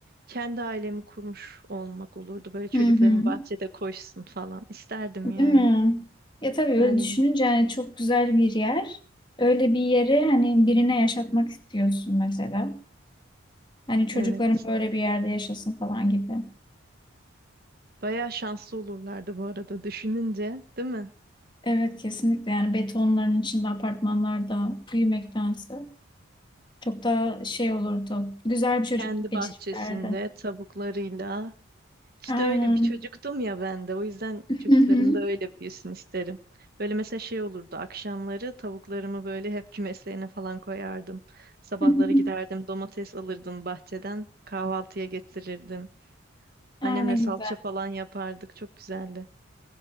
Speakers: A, on the right (about 45°); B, on the left (about 20°).
A: kendi ailemi kurmuş olmak olurdu. Böyle çocukların
B: Hı hı.
A: bahçede koşsun falan isterdim
B: Değil
A: yani.
B: mi? Ya tabii öyle
A: Aynen.
B: düşününce hani çok güzel bir yer. Öyle bir yeri hani birine yaşatmak istiyorsun mesela. Hani çocukların
A: Evet.
B: böyle bir yerde yaşasın falan gibi.
A: Bayağı şanslı olurlardı bu arada düşününce, değil mi?
B: Evet kesinlikle yani betonların içinde apartmanlarda büyümektense çok daha şey olurdu. Güzel bir çocukluk
A: Kendi
B: geçirirlerdi.
A: bahçesinde tavuklarıyla İşte
B: Aynen.
A: öyle bir çocuktum ya ben de. O yüzden çocukların
B: Hı hı.
A: da öyle büyüsün isterim. Böyle mesela şey olurdu. Akşamları tavuklarımı böyle hep kümeslerine falan koyardım. Sabahları
B: Hı hı.
A: giderdim domates alırdım bahçeden. Kahvaltıya getirirdim.
B: Aynen
A: Annemle salça
B: güzel.
A: falan yapardık. Çok güzeldi.